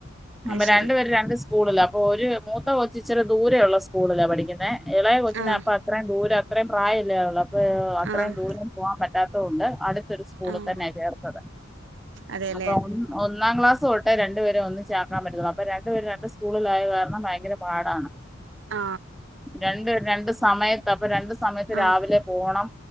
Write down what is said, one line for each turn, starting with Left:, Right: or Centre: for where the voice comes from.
Right: അത്
Centre: അപ്പൊ
Right: ശെരി
Centre: രണ്ടുപേര് രണ്ട് സ്കൂളിലാ അപ്പൊ ഒരു മൂത്ത കൊച്ച് ഇച്ചിരി ദൂരെയുള്ള സ്കൂളിലാ പഠിക്കുന്നേ ഇളയ കൊച്ചിന്
Right: ആഹ്
Centre: അപ്പ അത്രയും ദൂരം അത്രയും പ്രായമില്ല ഇള അത്രയും
Right: ആഹ്
Centre: ദൂരം പോകാൻ പറ്റാത്തത്ണ്ട് അടുത്തൊരു സ്കൂളിൽ
Right: ആഹ്
Centre: തന്നെയ ചേർത്തത്
Right: അതെല്ലേ
Centre: അപ്പൊ ഒന്നാം ക്ലാസ് തോട്ടെ രണ്ടുപേരും ഒന്ന്ച്ച കാണാൻ പറ്റുന്നു അപ്പൊ രണ്ടു പേര് രണ്ട് സ്കൂളില ആയത് കാരണം ഭയങ്കര പാടാണ്
Right: ആ
Centre: രണ്ട് രണ്ട് സമയത്ത് അപ്പൊ രണ്ട് സമയത്ത്
Right: ആഹ്
Centre: രാവിലെ പോണം